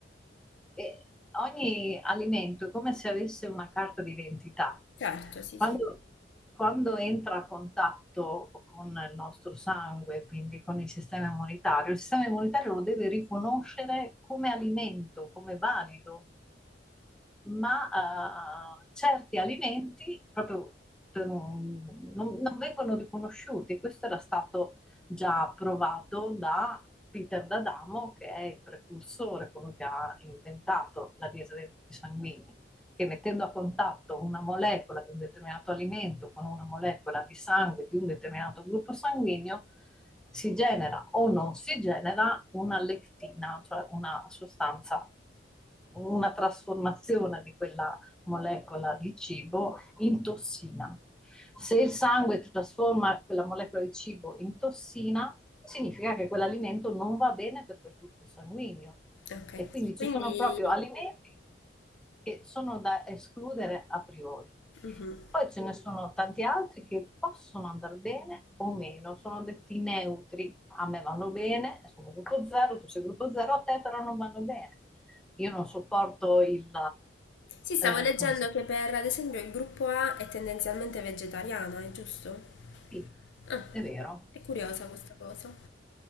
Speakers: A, in the centre; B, on the left.
A: E ogni alimento è come se avesse una carta d'identità.
B: Certo, sì,
A: Quando,
B: sì.
A: quando entra a contatto con il nostro sangue, quindi con il sistema immunitario, il sistema immunitario lo deve riconoscere come alimento, come valido, ma eh, certi alimenti proprio per un- non, non vengono riconosciuti. Questo era stato già provato da Peter D'Adamo, che è il precursore, quello che ha inventato la dieta dei gruppi sanguigni, che mettendo a contatto una molecola di un determinato alimento con una molecola di sangue di un determinato gruppo sanguigno, si genera o non si genera una lectina, cioè una sostanza, una trasformazione di quella molecola di cibo in tossina. Se il sangue trasforma quella molecola di cibo in tossina, significa che quell'alimento non va bene per quel gruppo sanguigno.
B: Ok.
A: E quindi
B: Quindi,
A: ci sono proprio alimenti che sono da escludere a priori.
B: mhm.
A: Poi ce ne sono tanti altri che possono andare bene o meno, sono detti neutri. A me vanno bene, sono gruppo 0, tu sei gruppo 0, a te però non vanno bene. Io non sopporto il,
B: Sì, stavo
A: eh,
B: leggendo
A: come si
B: che per, ad esempio, il gruppo A è tendenzialmente vegetariano, è giusto?
A: Sì,
B: Ah,
A: è vero.
B: è curiosa questa cosa.